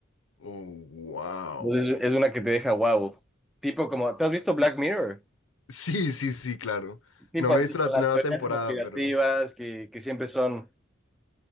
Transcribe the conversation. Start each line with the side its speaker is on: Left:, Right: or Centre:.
Left: Oh, wow.
Centre: Entonces, es una que te deja wow. Tipo como, ¿te has visto Black Mirror?
Left: Sí, sí, sí, claro.
Centre: Tipo
Left: No me
Centre: así,
Left: he visto
Centre: con
Left: la nueva
Centre: las teorías
Left: temporada,
Centre: conspirativas
Left: pero...
Centre: que, que siempre son,